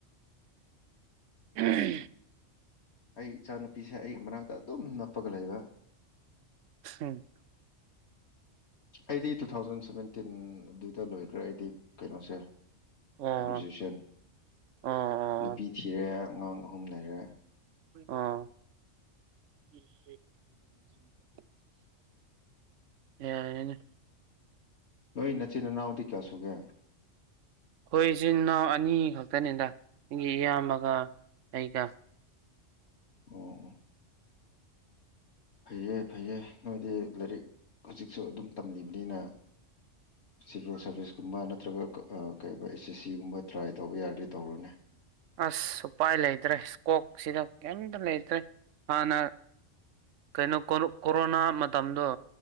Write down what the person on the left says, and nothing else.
ꯑꯩ ꯏꯆꯥꯅꯨꯄꯤꯁꯦ ꯑꯩꯒꯤ ꯃꯅꯥꯛꯇ ꯑꯗꯨꯝ ꯅꯞꯄꯒ ꯂꯩꯕ
ꯑꯩꯗꯤ ꯇꯨ ꯊꯥꯎꯖꯟ ꯁꯚꯦꯟꯇꯤꯟ ꯑꯗꯨꯗ ꯂꯣꯏꯈ꯭ꯔꯦ ꯑꯩꯗꯤ ꯀꯩꯅꯣꯁꯦ
ꯒ꯭ꯔꯦꯖꯨꯑꯦꯁꯟ
ꯅꯨꯄꯤ ꯊꯤꯔꯦ ꯑꯉꯥꯡ ꯑꯍꯨꯝ ꯂꯩꯔꯦ
ꯅ ꯅꯆꯤꯅꯅꯥꯎꯗꯤ ꯀꯌꯥꯁꯨꯨꯒꯌꯥ
ꯑꯣꯝ ꯐꯩꯌꯦ ꯐꯩꯌꯦ ꯅꯣꯏꯗꯤ ꯂꯥꯏꯔꯤꯛ ꯍꯧꯖꯤꯛꯁꯨ ꯑꯗꯨꯝ ꯇꯝꯂꯤꯕꯅꯤꯅ ꯁꯤꯚꯤꯜ ꯁꯥꯔꯚꯤꯁꯀꯨꯝꯕ ꯅꯠꯇ꯭ꯔꯒ ꯀꯩ ꯑꯦꯁ ꯑꯦꯁ ꯁꯤꯒꯨꯝꯕ ꯇ꯭ꯔꯥꯏ ꯇꯧꯕ ꯌꯥꯔꯗꯤꯦ ꯇꯧꯔꯨꯅꯦ